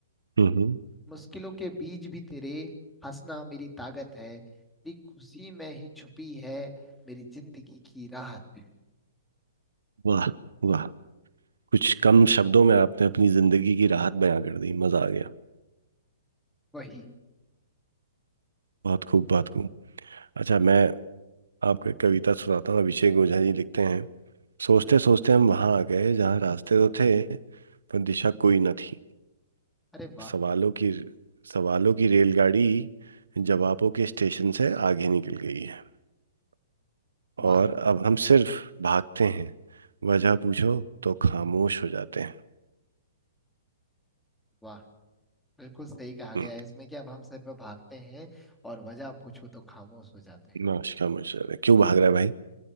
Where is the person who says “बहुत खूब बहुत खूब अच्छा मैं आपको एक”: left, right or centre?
Right